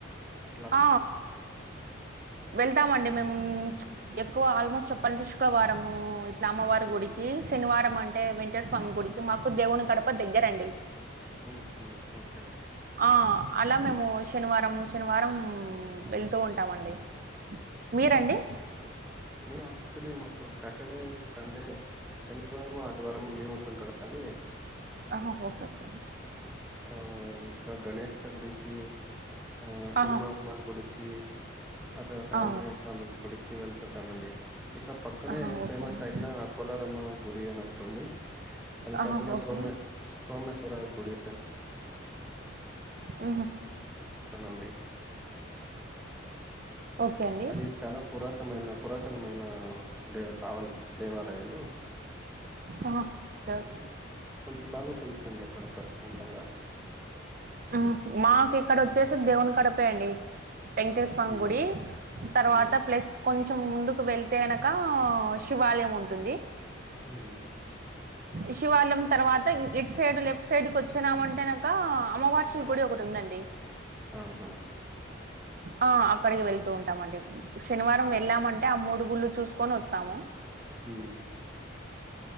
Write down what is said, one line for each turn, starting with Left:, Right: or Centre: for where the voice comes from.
Centre: అట్లా
Right: ఆ వెళ్తామండి మేము ఎక్కువ ఆల్మోస్ట్ చెప్పాలంటే శుక్రవారము ఇట్లా అమ్మవారి
Centre: హ్మ్.
Right: గుడికి శనివారం అంటే వెంకటేశ్వర స్వామి గుడికి మాకు దేవుని గడప దగ్గరండి
Centre: ఉహు ఓకే
Right: ఆ అలా మేము శనివారం శనివారం వెళ్తూ ఉంటామండి మీరండి
Centre: నేనా పొత్తలే మకు సాటర్డే సండే శని కువారము ఆదివారము లీవ్ ఉంటుంద్ కదా అండి
Right: అహా ఓకే ఓకే
Centre: ఆ ఇ కా గణేష్ చ గుడికి ఆ సినిమహత్మ
Right: ఆహా
Centre: గుడి కి ఆత
Right: ఆ
Centre: ఆంజనేయ స్వామి గుడికి వెళ్తుంటానండి ఇక పక్కనే
Right: ఆహా ఓకే
Centre: ఫేమస్
Right: అండి
Centre: అయి నా కోలారమ్మ గుడి అని ఒకట్ ఉంది అది
Right: ఆహా
Centre: కాకుండా
Right: ఓకే
Centre: సోమ స్తోమేశ్వర గుడి
Right: ఊహూ
Centre: <unintelligible>
Right: ఓకే అండి
Centre: అది చాలా పురాతమైన పురాతనమైన దేవ ఆవల దేవాలయాలు
Right: ఆహ చవ్
Centre: కొంచె బాగుంటుందండి అక్కడ ప్రశ్ నంతంగా
Right: ఉ మాకీక్కడ ఒచ్చేసి దేవుని కడపయిండి వెంకటేష్ స్వామ్
Centre: హ్మ్.
Right: గుడి తర్వాత
Centre: ఆ!
Right: ప్లస్ కొంచెం ముందుకు వెళ్తే అనక ఆ శివాలయం ఉంటుంది
Centre: ఉహు
Right: ఇ శివాలం తర్వాత ఇట్ సైడ్ లెఫ్ట్ సైడ్ కొచ్చిమంటేనక అమ్మవార్షల్ గుడి ఒకట్ ఉందండి
Centre: ఆహా
Right: ఆ అక్కడికి వెళ్తూ ఉంటామండి శనివారం
Centre: అచ్చు
Right: వెళ్ళామన్ టే ఆ మూడుగుళ్ళు చూసుకొనోస్తాము
Centre: ఉమ్